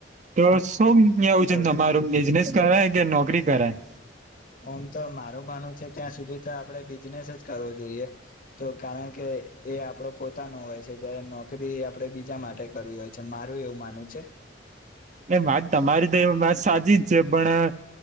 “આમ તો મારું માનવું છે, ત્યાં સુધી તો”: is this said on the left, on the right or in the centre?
Left